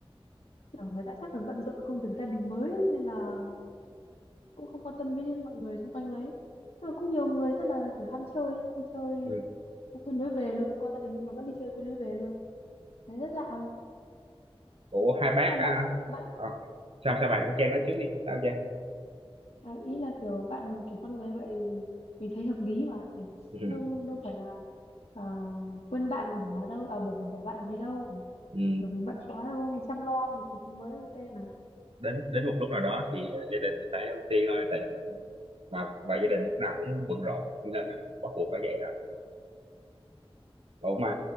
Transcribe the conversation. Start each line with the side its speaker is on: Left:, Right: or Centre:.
Left: kiểu người ta chắc là bận rộn công việc gia đình mới nên là cũng không quan tâm với mọi người xung quanh đấy nhưng mà cũng nhiều người rất là kiểu ham chơi ấy, đi chơi
Right: Ừ.
Left: quên lối về luôn qua gia đình nhưng mà vẫn đi chơi quên lối về luôn đấy rất lạ
Right: Ủa hai bác
Left: nhưng mà bạn
Right: à,
Left: bạn
Right: Ờ, sao sao bạn cũng Trang nói trước đi sao Trang
Left: À, ý là kiểu bạn kiểu con người vậy mình thấy hợp lý mà nhỉ?
Right: Ừ.
Left: đâu đâu phải là à, quên bạn bỏ đâu à bỏ bỏ bạn gì đâu
Right: Ừ.
Left: kiểu mình bận quá đâu mình chăm lo một cuộc sống mới ok mà
Right: Đến đến một lúc nào đó thì ờ, gia đình phải ưu tiên thôi tại vì mà và gia đình lúc nào cũng bận rộn cho nên là bắt buộc phải vậy rồi ủa mà